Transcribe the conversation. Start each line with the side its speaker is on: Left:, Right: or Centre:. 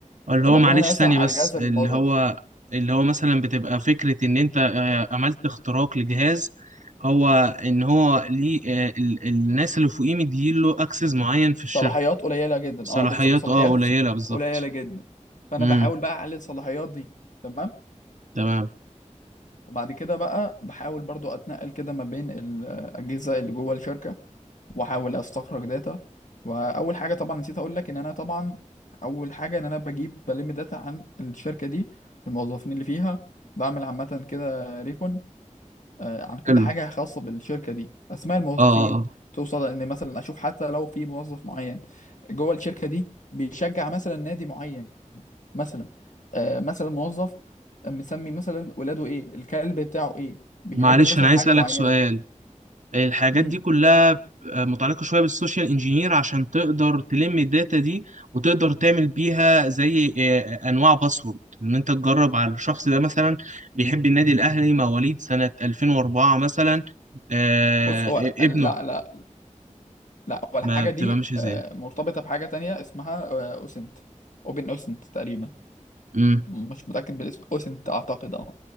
Right: اللي
Left: بكون
Right: هو معلش
Left: انا مثلا
Right: ثانية
Left: على
Right: بس
Left: جهاز الموظف
Right: اللي هو اللي هو مثلا بتبقى فكرة ان انت آه، عملت اختراق لجهاز هو ان هو ليه آه، ال- الناس اللي فوقيه مديله اكسس معين في الشركة
Left: صلاحيات قليله جدا
Right: صلاحيات
Left: اه بالظبط صلاحيات
Right: اه قليلة بالظبط
Left: قليله جدا فانا
Right: امم
Left: بحاول بقى اعلي الصلاحيات دي تمام
Right: تمام
Left: وبعد كده بقى بحاول برضو اتنقل كده ما بين الاجهزه اللي جوه الشركه واحاول استخرج داتا واول حاجه طبعا نسيت اقول لك ان انا طبعا اول حاجه ان انا بجيب بلم داتا عن الشركه دي الموظفين اللي فيها بعمل عامه كده ريكون آه، عن كل
Right: حلو
Left: حاجة خاصة بالشركة دي أسماء الموظفين
Right: اه آه، آه.
Left: توصل إن مثلا أشوف حتى لو في موظف معين جوه الشركة دي بيشجع مثلا نادي معين مثلا آه، مثلا موظف مسمي مثلا ولاده إيه الكلب بتاعه إيه بيحب
Right: معلش
Left: مثلا
Right: انا عايز
Left: حاجة
Right: اسألك
Left: معينة
Right: سؤال الحاجات
Left: مم.
Right: دي كلها متعلقة شوية بالسوشيال انجينير عشان تقدر تلم الداتا دي وتقدر تعمل بيها زي آه، أنواع باسورد إن أنت تجرب على الشخص ده مثلا بيحب النادي الأهلي مواليد سنة 2004 مثلا آه،
Left: بص هو
Right: ابنه
Left: لا لا لا هو الحاجة
Right: ما بتبقى
Left: دي
Right: ماشية إزاي
Left: آه، مرتبطة بحاجة تانية اسمها آه، أوسنت أوبن أوسنت تقريبا
Right: امم
Left: مش متأكد بالاسم أوسنت أعتقد أه